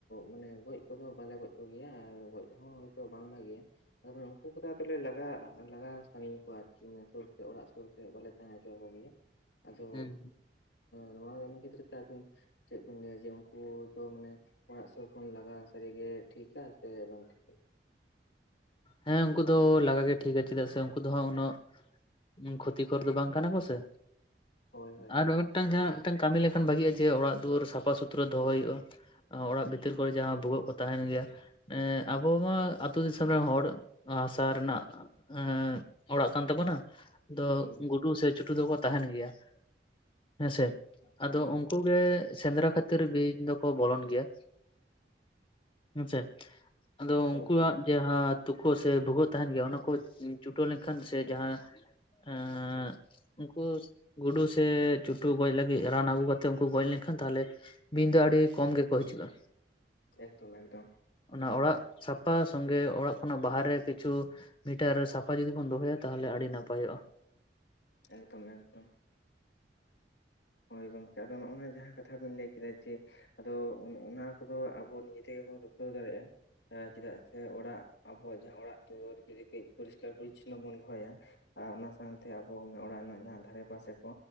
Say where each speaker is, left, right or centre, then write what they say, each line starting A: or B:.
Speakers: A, on the left; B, on the left.
A: ᱢᱟᱱᱮ ᱜᱚᱡ ᱠᱚᱫᱚ ᱵᱟᱞᱮ ᱜᱚᱡ ᱠᱚᱜᱮᱭᱟ ᱟᱨ ᱜᱚᱡ ᱦᱚᱸ ᱦᱚᱭᱛᱳ ᱵᱟᱝ ᱵᱷᱟᱜᱮᱭᱟ᱾ ᱟᱫᱚ ᱩᱱᱠᱩ ᱠᱚᱫᱚ ᱟᱫᱚ ᱞᱮ ᱞᱟᱜᱟ ᱞᱟᱜᱟ ᱥᱟᱹᱜᱤᱧ ᱠᱚᱣᱟ ᱟᱨᱠᱤ᱾ ᱥᱤᱢᱟᱹ ᱥᱳᱨ ᱛᱮ ᱚᱲᱟᱜ ᱥᱳᱨ ᱥᱮᱜ ᱵᱟᱞᱮ ᱛᱟᱦᱮᱸ ᱦᱚᱪᱚ ᱟᱠᱚ ᱜᱮᱭᱟ ᱟᱫᱚ
B: ᱦᱩᱸ
A: ᱱᱚᱣᱟ ᱜᱮ ᱚᱱᱟ ᱠᱷᱮᱛᱨᱮ ᱛᱮ ᱟᱹᱵᱤᱱ ᱪᱮᱫ ᱵᱤᱱ ᱞᱟᱹᱭᱟ ᱡᱮ ᱩᱱ ᱠᱩ ᱫᱚ ᱢᱟᱱᱮ ᱚᱲᱟᱜ ᱥᱳᱨ ᱠᱷᱚᱱ ᱞᱟᱜᱟ ᱥᱟᱹᱨᱤᱜᱮ ᱴᱷᱤᱠ-ᱟ ᱥᱮ ᱵᱟᱝ ᱴᱷᱤᱠ-ᱟ?
B: ᱦᱮᱸ ᱩᱱᱠᱩ ᱫᱚ ᱞᱟᱜᱟ ᱜᱮ ᱴᱷᱤᱠᱟ ᱪᱮᱫᱟᱜ ᱥᱮ ᱠᱩ ᱫᱚ ᱦᱟᱸᱜ ᱩᱱᱟᱹᱜ ᱠᱷᱚᱛᱤᱠᱚᱨ ᱫᱚ ᱵᱟᱝ ᱠᱟᱱᱟ ᱠᱚ ᱥᱮ᱾
A: ᱦᱳᱭ ᱦᱳᱭ
B: ᱟᱨ ᱢᱤᱫᱴᱟᱝ ᱡᱟᱦᱟᱸ ᱢᱤᱫᱴᱟᱝ ᱠᱟᱹᱢᱤ ᱞᱮᱠᱷᱟᱱ ᱵᱷᱟᱜᱤᱜᱼᱟ ᱡᱮ ᱚᱲᱟᱜ ᱫᱩᱣᱟᱹᱨ ᱥᱟᱯᱷᱟ ᱥᱩᱛᱽᱨᱟᱹ ᱫᱚᱦᱚᱭ ᱦᱩᱭᱩᱜᱼᱟ᱾ ᱚᱲᱟᱜ ᱵᱷᱤᱛᱤᱨ ᱠᱚᱨᱮ ᱡᱟᱦᱟᱸ ᱵᱷᱩᱜᱟᱹᱜ ᱠᱚ ᱛᱟᱦᱮᱸᱱ ᱜᱮᱭᱟ ᱮᱸᱜ ᱟᱵᱚ ᱢᱟ ᱟ ᱛᱩ ᱫᱤᱥᱚᱢ ᱨᱮᱱ ᱦᱚᱲ ᱦᱟᱥᱟ ᱨᱮᱱᱟᱜ ᱮᱸᱜ ᱚᱲᱟᱜ ᱠᱟᱱ ᱛᱟᱵᱚᱱᱟ, ᱫᱚ
A: ᱦᱩᱸ
B: ᱜᱩᱰᱩ ᱥᱮ ᱪᱩᱴᱩ ᱫᱚᱠᱚ ᱛᱟᱦᱮᱸᱱ ᱜᱮᱭᱟ ᱦᱮᱸᱥᱮ ᱟᱫᱚ
A: ᱦᱩᱸ
B: ᱩᱱ ᱠᱩ ᱜᱮ ᱥᱮᱸᱫᱽᱨᱟ ᱠᱷᱟᱹᱛᱤᱨ ᱵᱤᱧ ᱫᱚᱠᱚ ᱵᱚᱞᱚᱱ ᱜᱮᱭᱟ᱾ ᱦᱮᱸᱥᱮ ᱟᱫᱚ
A: ᱦᱳᱭ
B: ᱩᱱᱠᱩᱣᱟᱜ
A: ᱦᱳᱭ
B: ᱦᱟᱸᱜ ᱛᱩᱠᱟᱹ ᱥᱮ ᱵᱷᱩᱜᱟᱹᱜ ᱛᱟᱦᱮᱸᱱ ᱜᱮᱭᱟ ᱚᱱᱟ ᱠᱚ ᱪᱩᱴᱟᱹ ᱞᱮᱱᱠᱷᱟᱱ ᱥᱮ ᱡᱟᱦᱟᱸ ᱮᱸᱜ ᱩᱱᱠᱩ ᱜᱩᱰᱩ ᱥᱮ ᱪᱩᱴᱩ ᱜᱚᱡ ᱞᱟᱹᱜᱤᱫ ᱨᱟᱱ ᱟᱹᱜᱩ ᱠᱟᱛᱮᱜ ᱩᱱᱠᱩ ᱜᱚᱡ ᱞᱮᱱᱠᱷᱟᱱ ᱛᱟᱦᱚᱞᱮ ᱵᱤᱧ ᱫᱚ ᱟᱹᱰᱤ ᱠᱚᱢ ᱜᱮᱠᱚ ᱦᱤᱡᱩᱜᱼᱟ᱾
A: ᱮᱠᱫᱚᱢ ᱮᱠᱫᱚᱢ᱾
B: ᱚᱱᱟ ᱚᱲᱟᱜ ᱥᱟᱯᱟ ᱠᱷᱚᱱ ᱜᱮ ᱚᱲᱟᱜ ᱠᱷᱚᱱᱟᱜ ᱵᱟᱦᱟᱨᱮ ᱠᱤᱪᱷᱩ ᱢᱤᱴᱟᱨ ᱥᱟᱯᱷᱟ ᱡᱩᱫᱤ ᱵᱚᱱ ᱫᱚᱦᱚᱭᱟ ᱛᱟᱦᱚᱞᱮ ᱟᱹᱰᱤ ᱱᱟᱯᱟᱭᱚᱜᱼᱟ᱾
A: ᱮᱠᱫᱚᱢ ᱮᱠᱫᱚᱢ᱾ ᱦᱳᱭ ᱜᱚᱢᱠᱮ ᱟᱫᱚ ᱱᱚᱜᱼᱚᱭ ᱡᱟᱦᱟᱸ ᱠᱟᱛᱷᱟ ᱵᱤᱱ ᱞᱟᱹᱭ ᱠᱮᱫᱟ ᱡᱮ ᱟᱫᱚ ᱚᱱ ᱚᱱᱟ ᱠᱚᱫᱚ ᱟᱵᱚ ᱱᱤᱡᱮ ᱛᱮᱜᱮ ᱵᱚᱱ ᱨᱩᱠᱟᱹᱣ ᱫᱟᱲᱮᱜᱼᱟ᱾ ᱦᱮᱸ ᱪᱮᱫᱟᱜ ᱥᱮ ᱚᱲᱟᱜ ᱟᱵᱚᱣᱟᱜ ᱡᱟᱦᱟᱸ ᱚᱲᱟᱜ ᱫᱩᱣᱟᱹᱨ ᱡᱩᱫᱤ ᱠᱟᱹᱡ ᱯᱚᱨᱤᱥᱠᱟᱨ ᱯᱚᱨᱤᱪᱪᱷᱚᱱᱱᱚ ᱵᱚᱱ ᱫᱚᱦᱚᱭᱟ ᱟᱨ ᱚᱱᱟ ᱥᱟᱝᱛᱮ ᱟᱵᱚ ᱚᱱᱟ ᱚᱲᱟᱜ ᱨᱮᱱᱟᱜ ᱡᱟᱦᱟᱸ ᱫᱷᱟᱨᱮ ᱯᱟᱥᱮ ᱠᱚ